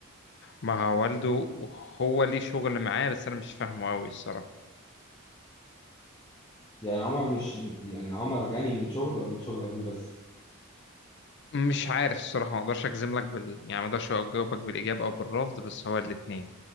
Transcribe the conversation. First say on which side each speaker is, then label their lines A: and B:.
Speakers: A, on the left; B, on the left.
A: ما هو والده هو ليه شغل معاه بس انا مش فاهمه قوي الصراحه
B: يعني عمر مش يعني عمر غني من شغل ولا من شغل ابوه بس
A: مش عارف الصراحه ما اقدرش اجزم لك بال... يعني ما اقدرش اجاوبك بالاجاب او بالرفض بس هو الاثنين